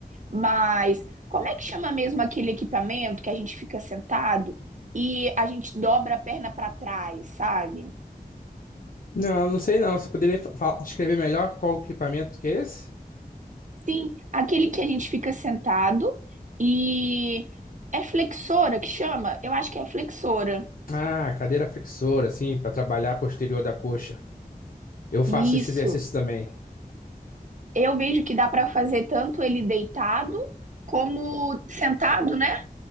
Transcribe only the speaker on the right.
Mas como é que chama mesmo aquele equipamento que a gente fica sentado e a gente dobra a perna para trás, sabe?
Sim, aquele que a gente fica sentado e é flexora que chama? Eu acho que é flexora.
Isso.
Eu vejo que dá para fazer tanto ele deitado como sentado, né?